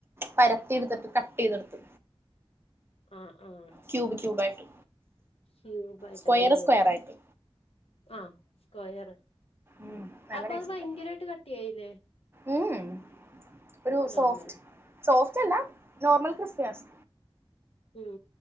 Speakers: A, on the right (about 25°); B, on the left (about 80°).
A: പരത്തി എടുത്തിട്ട് കട്ട് ചെയ്തെടുത്തു
B: ആഹ് ആഹ്
A: ക്യൂബ് ക്യൂബായിട്ട്
B: ക്യൂബായിട്ട്
A: സ്ക്വയർ
B: അതുകൊള്ളാം
A: സ്ക്വയർ ആയിട്ട്
B: ആഹ് സ്ക്വയർ
A: ഉം നല്ല
B: അപ്പം
A: ടേസ്റ്റുണ്ട്
B: അത് ഭയങ്കരായിട്ട് കട്ടി ആയില്ലേ?
A: ഉം ഒരു
B: നോർമൽ
A: സോഫ്റ്റ് സോഫ്റ്റല്ല നോർമൽ ക്രിസ്പിനെസ്സ്
B: ഉം